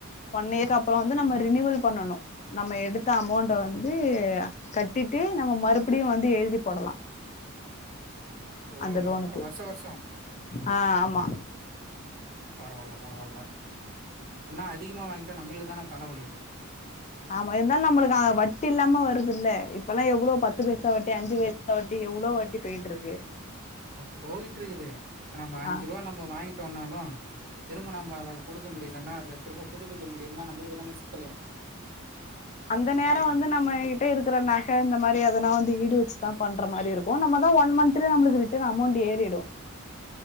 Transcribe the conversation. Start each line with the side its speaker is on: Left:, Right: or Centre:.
Left: ஒன் இயர்கக்கு அப்புறோ வந்து நம்ம ரினிவல் பண்ணணு நம்ம எடுத்த அமௌண்ட வந்து கட்டிட்டு நம்ம மறுபடியு வந்து எழுதி போடலா
Right: ஓஹோ
Left: அந்த லோனுக்கு
Right: அதா வருஷ வருஷம்
Left: ஆ ஆமா
Right: பரவால்ல பரவால்ல அப்டின்னா அதிகமா வாங்கிட்டா நம்மளுக்கு தான தலவலி
Left: ஆமா இருந்தாலு நம்மளுக்கு வட்டி இல்லாம வருது இல்ல இப்பெல்லா எவ்ளோ பத்து பைசா வட்டி அஞ்சு பைச சா வட்டி எவ்ளோ வாட்டி போயிட்டு இருக்கு
Right: அ போயிட்டு இருக்குது இப்ப நம்ம அஞ்சு
Left: ஆ
Right: ரூபா நம்ம வாங்கிட்டோனாலு திரும்ப நம்ம அதை குடுக்க முடியலன்னா அதை திரும்ப புதுப்பிக்க முடியலனா நம்மளுக்கு தான சிக்கலு
Left: அந்த நேரோ வந்து நம்மகிட்டே இருக்கிற நகை இந்த மாதிரி எதுனா வந்து ஈடு வச்சுதா பண்ற மாரி தா இருக் கு நம்ம தான் ஒன் மந்த்ல நமளுக்கு ரிட்டர்ன் அமௌண்ட் ஏறிடு